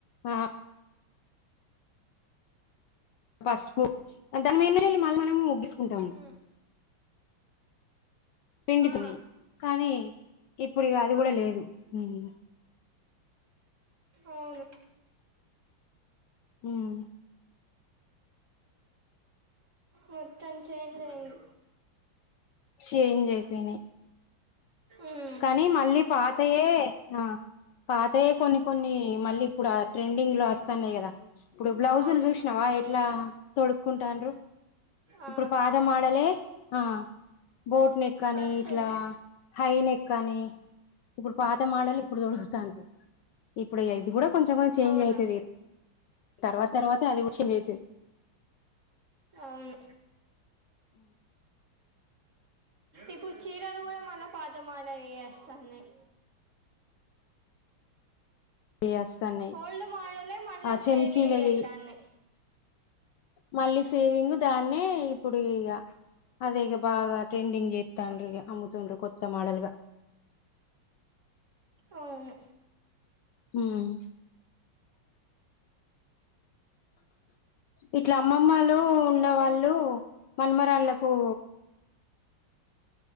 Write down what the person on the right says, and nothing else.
ఉమ్
ఆ
అవును
మొత్తం చేన్ జయి
ఉమ్
అవును
ఆ
వస్తుంది
అవునా
అవును ఇప్పుడు చీరలు కూడా మళ పాత మోడల్ యే అస్తానాయి
హోల్డ్ మడలే మళ్ళచ్చదిింగ్
అయిత అయితన్నయ్
అవును
ఏం చేస్తున్నారు